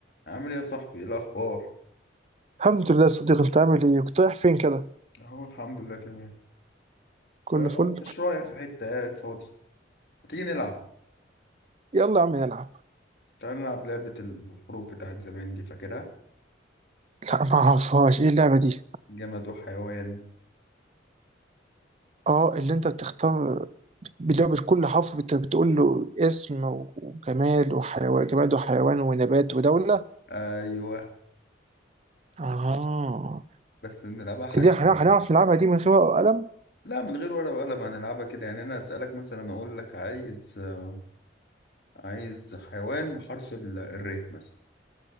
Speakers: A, on the left; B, on the right.
A: عامل ايه يا صاحبي ايه الاخبار
B: الحمد لله صديق انت عامل ايه كنت رايح فين كده
A: اهو الحمد لله تمام
B: كله
A: آه،
B: فل
A: مش رايح في حته قاعد فاضي ما تيجي نلعب
B: يلا يا عم نلعب
A: تعال نلعب لعبه الحروف بتاعت زمان دي فاكرها
B: لا ما اعرفهاش ايه اللعبه دي
A: جماد وحيوان
B: اه اللي انت بتختار بلعبة كل حرف بت- بتقول له اسم و- وجمال وحيوان جماد وحيوان ونبات ودولة
A: ايوه
B: اه
A: بس نلعبها حاجه
B: دي دي
A: حاجة.
B: هنع- هنعرف نلعبها دي من غير ورقة وقلم
A: لا من غير ورقه وقلم هنلعبها كده يعني انا اسالك مثلا اقول لك عايز آه، عايز حيوان بحرف ال- الر مثلا